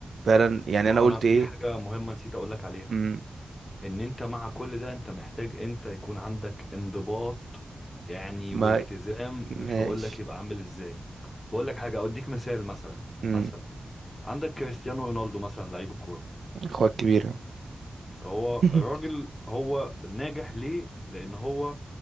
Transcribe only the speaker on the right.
فعلا يعني
انا قلت
ايه
امم
ما
ماشي
امم
اخوات كبيره
<laughs>